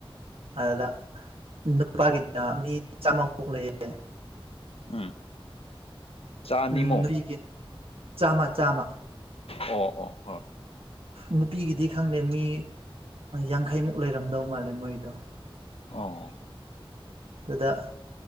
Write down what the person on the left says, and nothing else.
ꯎꯝ ꯆꯥꯅꯤꯃꯨꯛ
ꯑꯣ ꯑꯣ ꯍꯣꯏ
ꯑꯣ